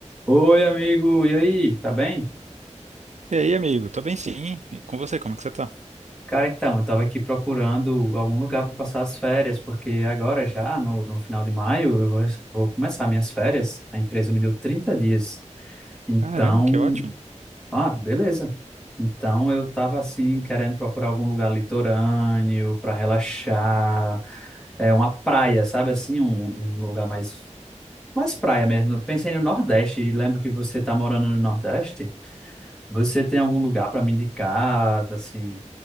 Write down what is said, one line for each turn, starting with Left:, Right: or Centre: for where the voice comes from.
Centre: Oi, amigo, e aí, tá bem?
Right: E aí, amigo? Tô bem sim. E com você, como é que você tá?
Centre: Cara, então, eu tava aqui procurando algum lugar para passar as férias, porque agora já, no, no final de maio, eu vou, vou começar minhas férias. A empresa me deu 30 dias. Então,
Right: Caramba, que ótimo.
Centre: ah, beleza. Então, eu tava assim, querendo procurar algum lugar litorâneo para relaxar, é uma praia, sabe assim, um, um lugar mais, mais praia mesmo. Eu Pensei no Nordeste, e lembro que você tá morando no Nordeste. Você tem algum lugar para me indicar, assim,